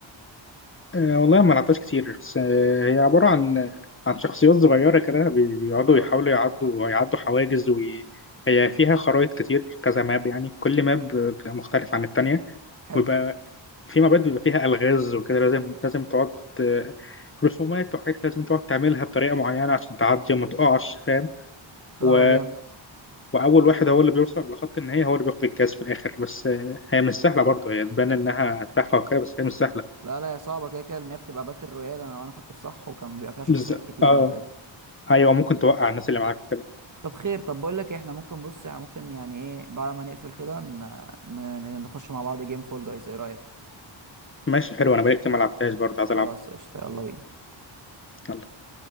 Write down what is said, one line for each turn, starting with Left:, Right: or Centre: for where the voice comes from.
Left: آه، والله ما لعبتهاش كتير بس آه، هي عبارة عن عن شخصيات صغيرة كده بي- بيقعدوا
Right: اه
Left: يحاولوا يعدوا يعدوا حواجز وهي فيها خرائط كتير كذا ماب يعني كل ماب بتبقى مختلف عن التانية
Right: حلو
Left: ويبقى في مابات بيبقى فيها ألغاز وكده لازم لازم تقعد آه، رسومات وحاجات لازم تقعد تعملها بطريقة معينة عشان تعدي وما تقعش فاهم و...
Right: اه جامد
Left: وأول واحد هو اللي بيوصل لخط النهاية هو اللي بياخد الكاس في الآخر بس آه، هي مش سهلة برضه هي تبان إنها تحفة وكده بس هي مش سهلة
Right: لا لا يا صعبه كده كده لان هي بتبقى باتل رويال انا وانا فاكر صح وكان بيبقى فيها شخصيات
Left: بز...
Right: كتيره
Left: آه
Right: وكده
Left: أيوه ممكن توقع الناس اللي معاك
Right: طب خير طب بقول لك إيه، احنا ممكن بص يعني ممكن يعني ايه بعد ما نقفل كده ن... ن... نخش مع بعض جيم فول جايز ايه رايك
Left: ماشي حلو انا بقالي كتير ما لعبتهاش برضه عايز
Right: خلاص
Left: العبها
Right: قشطه يلا بينا
Left: يلا